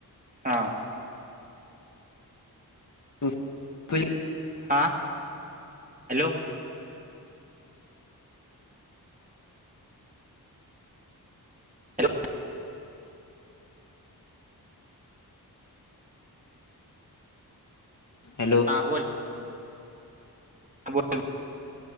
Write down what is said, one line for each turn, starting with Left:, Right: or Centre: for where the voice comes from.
Right: हा.
Left: तुझी <unintelligible> <inaudible>
Right: आ? हॅलो? Hello
Left: hello?
Right: हां बोल <unintelligible> <inaudible>